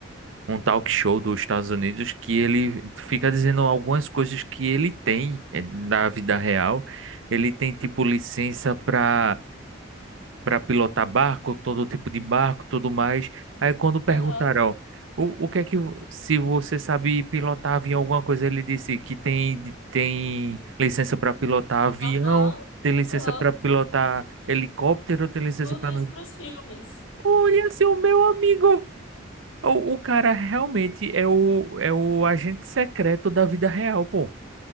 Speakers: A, on the right; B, on the left.
A: um talk show dos Estados Unidos, que ele fica dizendo algumas coisas que ele tem eh, na vida real. Ele tem, tipo, licença para para pilotar barco, todo tipo de barco, tudo mais. Aí quando perguntaram,
B: Aham.
A: o, o que é que, vo- se você sabe pilotar avião, alguma coisa, ele disse que tem, tem licença para pilotar avião,
B: Aham.
A: tem licença
B: Aham.
A: para pilotar helicóptero, tem licença
B: Tudo
A: para.
B: isso pros filmes.
A: Olha, seu meu amigo. O, o cara realmente é o, é o agente secreto da vida real, pô.